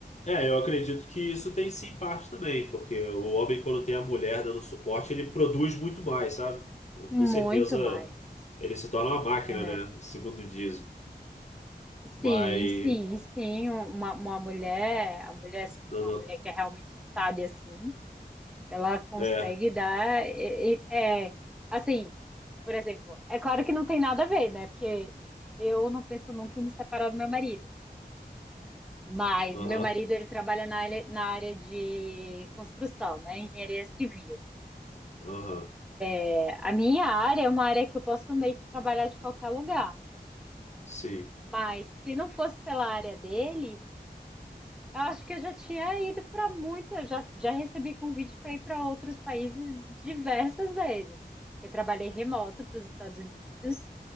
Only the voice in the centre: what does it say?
Muito
mais.
É,
sim,
sim, sim. Uma, uma mulher, a mulher,
uma
mulher que é realmente sábia assim. Ela consegue
dar. e- e- É, assim, por exemplo, é claro que não tem nada a ver, né? Porque eu não penso nunca em me separar do meu marido. Mas
meu marido, ele trabalha na área, na área de construção, né? Engenharia civil.
É, A minha área é uma área que eu posso meio que trabalhar de qualquer lugar.
Mas se não fosse pela área dele, Eu acho que eu já tinha ido para muitos, eu já, já recebi convite para ir para outros países diversas vezes. Eu trabalhei remoto para os Estados Unidos